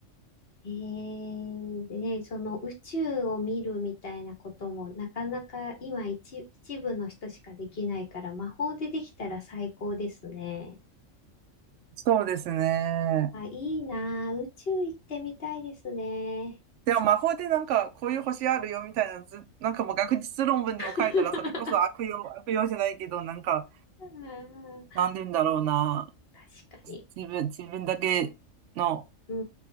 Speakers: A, on the left (about 50°); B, on the right (about 70°).
A: えー、でね、その宇宙を見るみたいなこともなかなか今一、一部の人しかできないから魔法でできたら最高ですね。
B: そうですね。
A: あ、いいなあ、宇宙行ってみたいですね。
B: でも魔法でなんかこういう星あるよみたいなず、
A: そ
B: なんかもう学術論文でも書いたらそれこそ悪用、
A: <laughs>
B: 悪用じゃないけど、なんか、
A: あー
B: なんで言うんだろうな。
A: 確かに。
B: 自分、自分だけの
A: うー